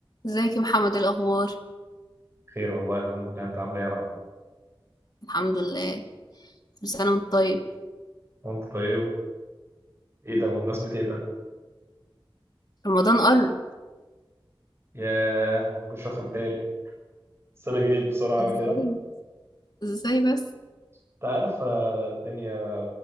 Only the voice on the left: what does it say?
ازيك يا محمد إيه الاخبار
الحمد لله كل سنه وانت طيب
رمضان قرب
ازاي
ازاي بس